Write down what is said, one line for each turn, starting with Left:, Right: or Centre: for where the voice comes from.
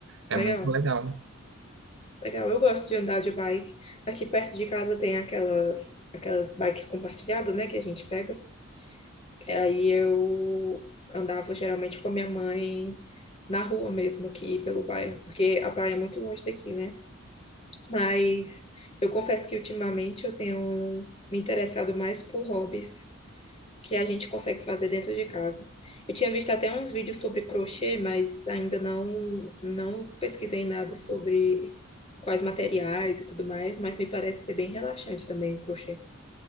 Right: É
Left: Legal,
Right: muito legal.
Left: legal. Eu gosto de andar de bike. Aqui perto de casa tem aquelas, aquelas bikes compartilhadas, né, que a gente pega. Aí eu andava geralmente com a minha mãe na rua mesmo, aqui pelo bairro, porque a praia é muito longe daqui, né? Mas eu confesso que ultimamente eu tenho me interessado mais por hobbies que a gente consegue fazer dentro de casa. Eu tinha visto até uns vídeos sobre crochê, mas ainda não não pesquisei nada sobre quais materiais e tudo mais, mas me parece ser bem relaxante também o crochê.